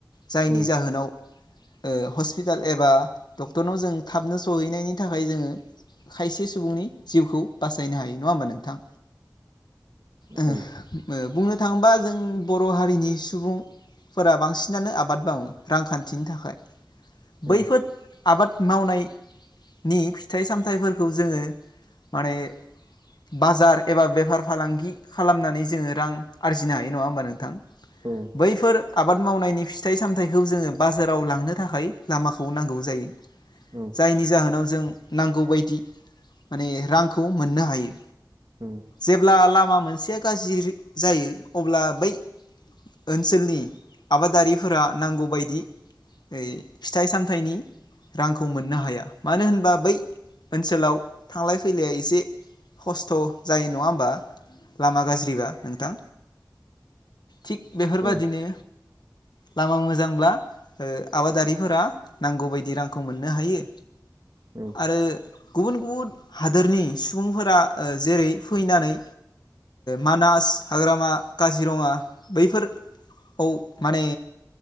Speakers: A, on the left; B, on the right.
A: जायनि
B: औ
A: जाहोनाव ओ हस्पिटाल एबा डक्टरनाव जों थाबनो सहैनायनि थाखाय जोङो खायसे सुबुंनि जिउखौ बासायनो हायो नङा होमबा नोंथां
B: औ
A: ओ ओ
B: औ
A: बुंनो थाङोबा जों बर' हारिनि सुबुं फोरा बांसिनानो आबाद मावो रांखान्थिनि थाखाय
B: औ
A: बैफोर आबाद मावनायनि फिथाइ सामथाइफोरखौ जोङो माने बाजार एबा बेफार फालांगि खालामनानै जोङो रां आरजिनो हायो नङा होमबा नोंथां
B: औ
A: बैफोर आबाद मावनायनि फिथाइ सामथाइखौ जोङो बाजाराव लांनो थाखाय लामाखौ नांगौ जायो <inaudible>
B: औ।
A: जायनि जाहोनाव जों नांगौ बायदि। माने रांखौ मोननो हायो।
B: औ।
A: जेब्ला लामा मोनसेया गाज्रि जायो अब्ला बै। ओनसोलनि आबादारिफोरा नांगौबायदि। ओइ फिथाइ सामथाइनि। रांखौ मोननो हाया मानो होनबा बै ओनसोलाव थांलाय फैलाया एसे खस्थ' जायो नङा होमबा लामा गाज्रिबा नों थां थिग बेफोरबादिनो
B: औ
A: लामा मोजांब्ला। ओ आबादारिफोरा नांगौबायदि रांखौ मोननो हायो।
B: उम।
A: आरो गुबुन गुबुन हादोरनि सुबुंफोरा ओ जेरै फैनानै। मानास हाग्रामा काजिरङा बैफोर औ माने